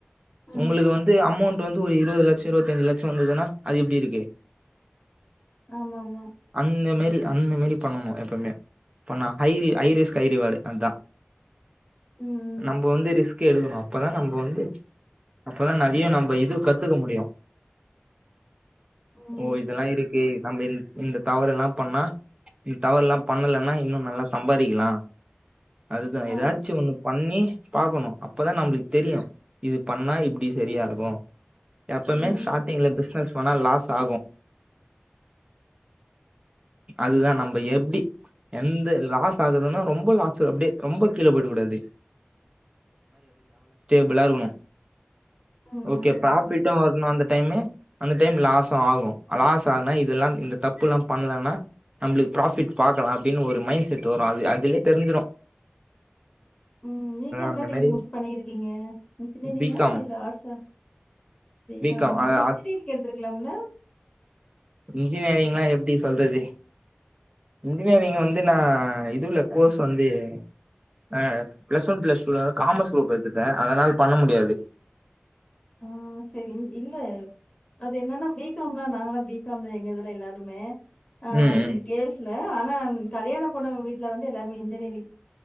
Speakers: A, on the left; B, on the right.
A: ம்.
B: உங்களுக்கு வந்து அமோண்ட் இப்ப வந்து ஒரு இருவது லட்சோ இருவத்தஞ்சு லட்சோ வந்ததுன்னா அது எப்டி இருக்கு
A: ஆமா ஆமா
B: அந்த மேரி அந்த மேரி பண்ணணு எப்பமே பண்ணா ஹைரி ஐரிஸ்க் ஹைரிவார்டு அதா
A: ம்,
B: நம்போ வந்து ரிஸ்க் எடுக்கணு அப்பதா நம்ப வந்து அப்பதா நெறய நம்ப இது கத்துக்க முடியு
A: ம்.
B: ஓ இதெல்லா
A: சரி.
B: இருக்கு நம்ப இந்த தவறெல்லா பண்ணா இந் தவறுல்லா பண்ணலனா இன்னு நல்லா சம்பாறிக்கலா அதுதா
A: ஆ,
B: எதாச்சு ஒண்ணு பண்ணி பாக்கணு அப்பதா நம்புளுக்கு தெரியு இது பண்ணா இப்டி சரியா இருக்கு எப்பமே
A: ம்.
B: ஸ்டாடிங்ல பிஸ்னஸ் பண்ணா லாஸ் ஆகு
A: <inaudible>
B: அதுதா நம்ம எப்டி எந்த லாஸ் ஆகுதுன்னா ரொம்ப லாஸ் அப்டே ரொம்ப கீழே போய்டகூடாது ப்ளா இருக்கனு
A: ம்.
B: ஓகே
A: சரி,
B: ப்ராபிட்டு
A: சரி.
B: வரணு அந்த டைமு அந்த டைம் லாஸு ஆகு லாஸ் ஆனா இதெல்லா இந்த தப்புலா பண்லனா நம்மளுக்கு ப்ராஃபிட் பாக்கலா அப்டின்னு ஒரு மைண்ட் செட் வரு அது அதுலே தெரி்ஞ்சிரு
A: ம் நீங்க என்ன
B: அந்த
A: டி
B: மாரி
A: கிரி முடிச்சு பண்ணிட்டு இருக்கீங்க இஞ்சினேரிங்கா
B: பி காம்
A: இல்ல ஆட்ஸா பி காமா
B: காம் அது
A: ஏ இன்ஜினியரிங் எடுத்துருக்கலாம்ல
B: இன்ஜினேரிங்லா எப்டி சொல்றது இன்ஜினேரிங் வந்து நா இதுல கோர்ஸ் வந்து அ ப்ளஸ் ஒன் ப்ளஸ் டூல காமஸ் க்ரூப் எட்த்துட்டே அதனால் பண்ண முடியாது
A: ஆ சேரிங் இல்ல அது என்னன்னா பி காம் னா நாங்கல்லா பி காம் தா எங்க இதுல எல்லாருமே ஆ
B: ம் ம்
A: அ கேல்ஸ்ல ஆனா கல்யாண பொண்ணு வீட்ல வந்து எல்லார்மே இன்ஜினியரிங்